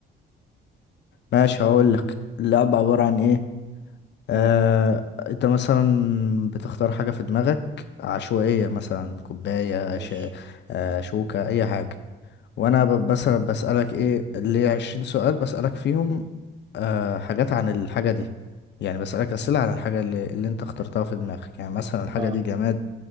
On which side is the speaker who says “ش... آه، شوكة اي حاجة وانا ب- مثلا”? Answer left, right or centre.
Left